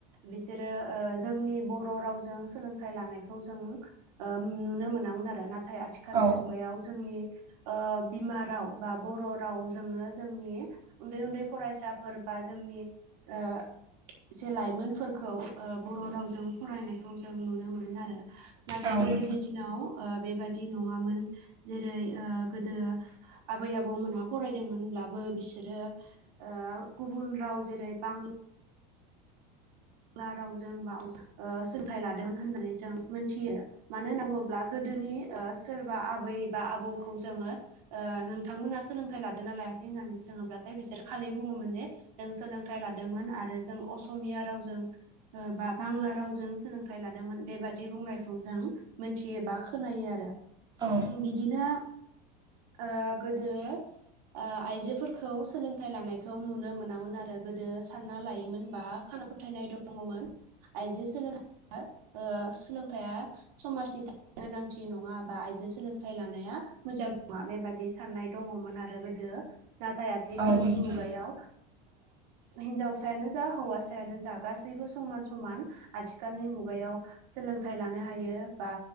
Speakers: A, on the right (about 70°); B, on the right (about 20°).
A: बिसोरो ओ जोंनि बर' रावजों सोलोंथाइ लानायखौ जों ओ नुनो मोनामोन आरो नाथाय आथिखालनि
B: औ
A: मुगायाव जोंनि ओ बिमा राव बा बर' रावजोंनो जोंनि उन्दै उन्दै फरायसाफोर बा जोंनि ओ जे लाइमोनफोरखौ ओ बर' रावजों फरायनायखौ जों नुनो मोनो आरो नाथाय
B: औ
A: गोदोनि
B: नोंथां
A: ओ दिनाव बेबादि नङामोन जेरै ओ गोदो आबै आबौमोनहा फरायदोंमोनब्लाबो बिसोरो ओ गुबुन राव जेरै बां ला रावजों बा ओ सोलोंथाइ लादोंमोन होननानै जों मोनथियो मानो होनना बुङोब्ला गोदोनि ओ सोरबा आबै बा आबौखौ जोङो नोंथांमोना सोलोंथाइ लादोंना लायाखै होननानै सोङोब्लाथाय बिसोर खालि बुङोमोन जे जों सोलोंथाइ लादोंमोन आरो जों असमिया रावजों ओ बा बांला रावजों सोलोंथाइ लादोंमोन बेबादि बुंनायखौ जों मोनथियोबा खोनायो आरो
B: औ
A: ओम बिदिनो ओ गोदो ओ आइजोफोरखौ सोलोंथाइ लानायखौ नुनो मोनामोन आरो गोदो सानना लायोमोन बा खाना फोथायनाय दङमोन आइजो सोलों ओ सोलोंथाइया समाजनि था गोनांथि नङा बा आइजो सोलोंथाइ लानाया मोजां नङा बेबादि साननाय दङमोन आरो गोदो नाथाय आथिखालनि
B: औ नोंथां
A: मुगायाव हिन्जावसायानो जा हौवासायानो जा गासैबो समान समान आथिखालनि मुगायाव सोलोंथाइ लानो हायो बा